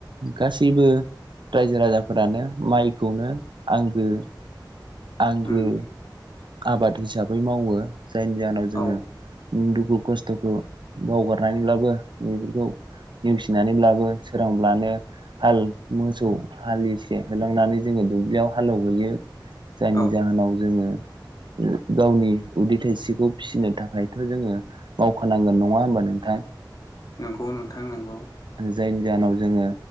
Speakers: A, on the right; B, on the left.
A: गासैबो रायजो राजाफोरानो माइखौनो आंगो आंगो
B: उम
A: आबाद हिसाबै मावो जायनि जाहोनाव जोङो
B: औ
A: दुखु खस्थखौ बावगारनानैब्लाबो बेफोरखौ नेवसिनानैब्लाबो सोरांब्लानो हाल मोसौ हालि एसे होलांनानै जोङो दुब्लियाव हालेवहयो जायनि
B: औ
A: जाहोनाव जोङो
B: <inaudible>
A: गावनि उदै थाइसेखौ फिसिनो थाखायथ जोङो मावखानांगोन नङा होमबा नोंथां
B: नंगौ नोंथां नंगौ
A: जायनि जाहोनाव जोङो